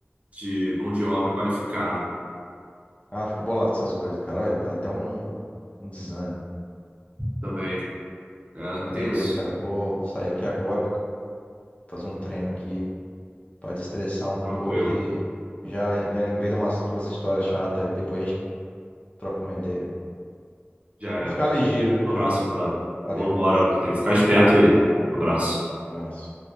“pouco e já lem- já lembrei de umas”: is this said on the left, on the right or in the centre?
Left